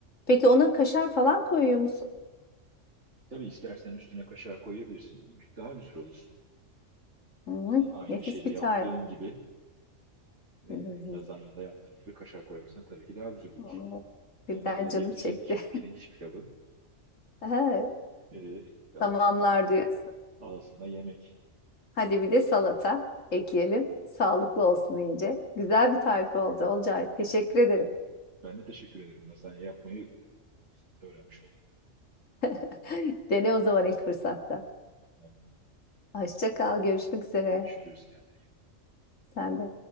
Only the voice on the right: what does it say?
Tabii istersen üstüne kaşar koyabilirsin. Daha güzel olur.
Şey, Aynı
şeyde
yaptığın
gibi e,
lazanyada yaptığın gibi kaşar koyarsan tabii ki daha güzel olur.
Yanında da
bir
pirinç pirinç pilavı
e, al
sana,
al sana yemek.
Ben de teşekkür ederim. Lazanya yapmayı öğrenmiş oldum.
Tamam.
Görüşürüz. Kendine iyi bak.